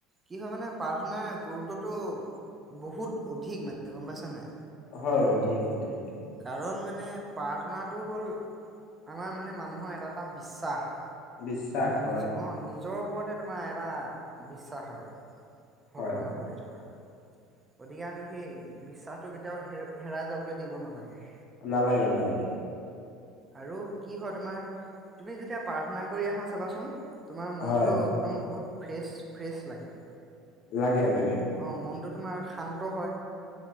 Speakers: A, on the right; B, on the left.
A: কি হয় মানে প্ৰাৰ্থনাৰ গুৰুত্বটো বহুত অধিক মানে গ'ম পাইছা নাই।
B: হয় অধিক, অধিক।
A: কাৰণ মানে প্ৰাৰ্থনাটো হ'ল আমাৰ মানে মানুহৰ এটা এটা বিশ্বাস
B: বিশ্বাস
A: নিজৰ
B: হয়
A: অ' নিজৰ ওপৰতে তোমাৰ এটা বিশ্বাস আৰু। ভগৱানৰ
B: হয়
A: প্ৰতি থকা। গতিকে আমি সেই বিশ্বাসটো কেতিয়াও হেৰাই যাবলৈ দিব নালাগে।
B: নালাগে নালাগে।
A: আৰু কি হয় তোমাৰ, তুমি যেতিয়া প্ৰাৰ্থনা কৰি আহা চাবাচোন। তোমাৰ মনটো
B: হয়
A: একদম বহুত ফ্ৰেছ ফ্ৰেছ লাগে।
B: লাগে লাগে।
A: অ' মনটো তোমাৰ শান্ত হয়,